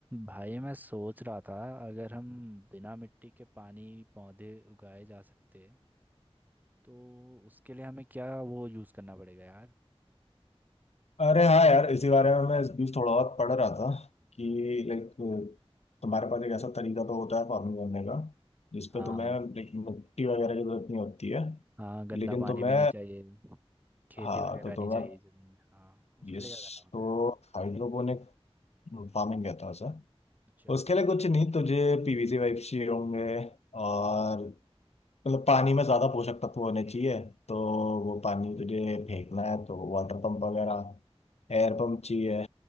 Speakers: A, on the right (about 15°); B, on the left (about 85°).
A: भाई मैं सोच रहा था अगर हम बिना मिट्टी के पानी पौधे उगाए जा सकते तो उसके लिए हमें क्या वो यूज़ करना पड़ेगा यार
B: अरे हाँ यार इसी बारे में मैं इस बीच थोड़ा बहुत पढ़ रहा था कि लाइक तुम्हारे पास एक ऐसा तरीका तो होता है फार्मिंग करने का जिसपे
A: हाँ
B: तुम्हें लाइक मिट्टी वगैरह की जरूरत नहीं होती है
A: हाँ गंदा
B: लेकिन
A: पानी
B: तुम्हें
A: भी नहीं चाहिए खेती
B: हाँ
A: वगैरह
B: तो तुम्हें
A: नहीं चाहिए जमीन हाँ उसके
B: यस
A: लिए क्या करना होता
B: तो
A: है
B: हाइड्रोपोनिक फार्मिंग कहता है सर
A: अच्छा
B: उसके लिए कुछ नहीं तुझे पीवीसी पाइप चाहिए होंगे और मतलब पानी में ज्यादा पोषक तत्व होने चाहिए तो वो पानी तुझे फेंकना है तो वाटर पंप वगैरह एयर पंप चाहिए